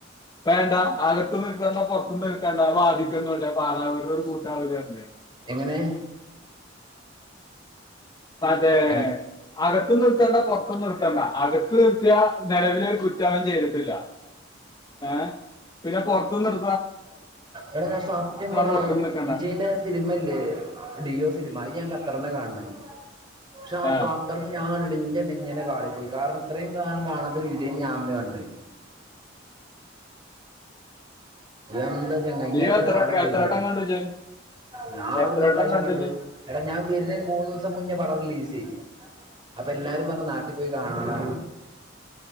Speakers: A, on the left; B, on the right.
A: വേണ്ട. അകത്തും നിക്കണ്ട പൊറത്തും നിക്കണ്ട. ആ വാതുക്കെ നിന്നോട്ടെ. പാ പാറാവിനൊരു കൂട്ടാവുവല്ലോ പറഞ്ഞ്
B: എങ്ങനെ
A: മറ്റേ,
B: എങ്-
A: അകത്തും നിർത്തണ്ട പൊറത്തും നിർത്തണ്ട. അകത്ത് നിർത്തിയാ നെലവിലൊരു കുറ്റോ അവൻ ചെയ്തിട്ടില്ല. ഏഹ്? പിന്നെ പൊറത് ത്ത് നിർ
B: എട ഞാൻ സത്യം പറയടാ,
A: പുറത്തും നിൽക്കണ്ട
B: വിജയ്ന്റെ ആ സിനിമ ഇല്ലേ? ലിയോ സിനിമ. അത് ഞാൻ ക കെടന്നാ കാണ്ന്നെ പക്ഷെ ആ
A: ഏ,
B: കത <unintelligible> ഇഞ്ഞെ ന്നിങ്ങനെ കാളിപ്പോയി കാരണത്രയും കാലം കാണാത്തൊരു വിജയിനെ ഞാൻ ന്ന് കണ്ടെ എന്ത ചെങ്ങായ്‌
A: നീ
B: ങ്ങനൊക്കൊരാൾ
A: എത്ര
B: വീഡിയോ
A: എത്ര വട്ടം
B: യ്യോ
A: കണ്ടിച്ച്
B: ഞ്ഞാവ്ട്ന്ന്
A: എത്ര
B: ഒരുറാവ്ശ്യം
A: വട്ടം കണ്ടിച്ച്
B: എടാ ഞാൻ വര്ന്നെന് മൂന്നോസം മുന്നേ പടം റിലീസ് രി അപ്പെല്ലാരും പറഞ്ഞുനാട്ടിപ്പോയി കാണെടാ